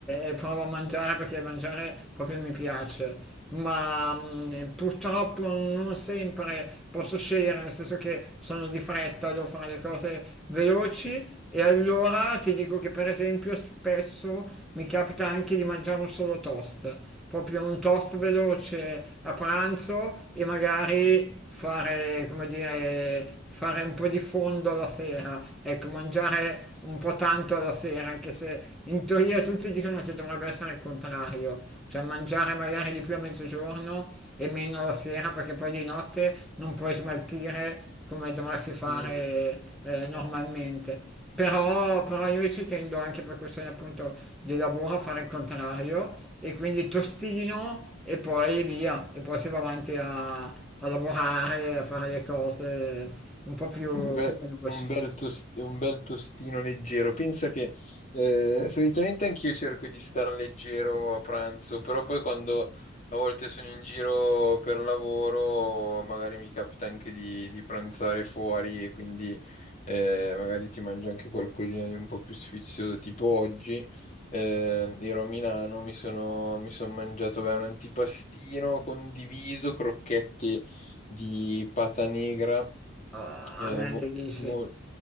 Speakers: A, in the centre; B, on the left.
A: e provo a mangiare perché mangiare proprio mi piace, ma mh, purtroppo non sempre posso scegliere, nel senso che sono di fretta, devo fare le cose veloci e allora ti dico che per esempio spesso mi capita anche di mangiare un solo toast. proprio un toast veloce a pranzo e magari fare, come dire, fare un po' di fondo alla sera, ecco, mangiare un po' tanto alla sera, anche se in teoria tutti dicono che dovrebbe essere il contrario, cioè mangiare magari di più a mezzogiorno e meno alla sera, perché poi di notte non puoi smaltire come dovresti fare
B: <laughs>
A: eh, normalmente. Però, però io ci tendo anche per questione appunto di lavoro a fare il contrario e quindi tostino e poi via, e poi si va avanti a, a lavorare, a fare le cose un po' più,
B: Un be-
A: più veloci.
B: un bel, tost- un bel tostino leggero. Pensa che eh, solitamente anch'io cerco di star leggero a pranzo, però poi quando a volte sono in giro per lavoro, magari mi capita anche di, di pranzare fuori e quindi eh, magari ti mangi anche qualcosina di un po' più sfizioso, tipo oggi. eh, ero a Milano, mi sono, mi sono mangiato beh, un antipastino condiviso, crocchette di pata negra
A: A,
B: eh,
A: a me
B: mo-
A: le dici.
B: mol-